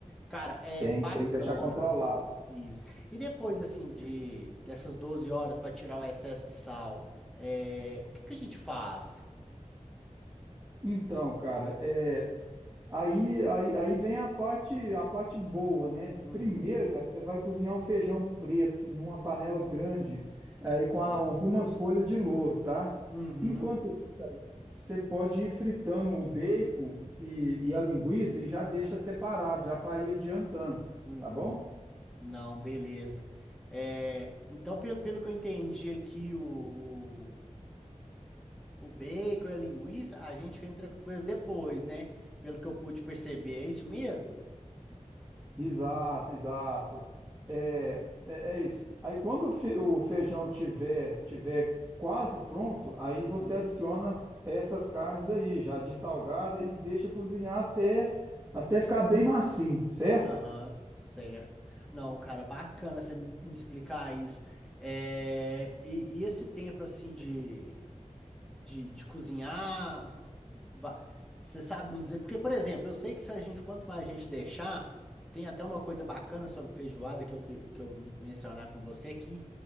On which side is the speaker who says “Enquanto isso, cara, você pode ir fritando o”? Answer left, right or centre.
Right